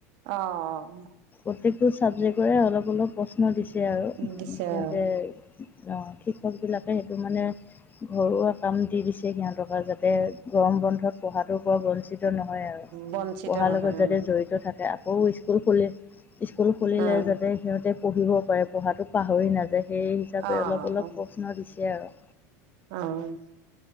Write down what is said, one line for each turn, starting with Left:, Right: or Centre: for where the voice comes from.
Right: অ', অ'।
Left: প্ৰত্যেকটো ছাবজেক্টৰে অলপ অলপ প্ৰশ্ন দিছে আৰু
Right: দিছে
Left: সিহঁতে
Right: আৰু
Left: অ', শিক্ষক বিলাকে সেইটো মানে ঘৰুৱা কাম দি দিছে সিহঁতৰ যাতে গৰম বন্ধত পঢ়াটোৰ পৰাও বঞ্চিত নহয় আৰু
Right: বঞ্চিত
Left: পঢ়াৰ
Right: নহয়
Left: লগত যাতে
Right: উম,
Left: জড়িত থাকে আকৌ স্কুল খুলি স্কুল খুলিলে
Right: অ',
Left: যাতে সিহঁতে পঢ়িব পাৰে পঢ়াটো পাহৰি নাযায়। সেই হিচাপে
Right: অ',
Left: অলপ, অলপ প্ৰশ্ন দিছে আৰু
Right: অ'।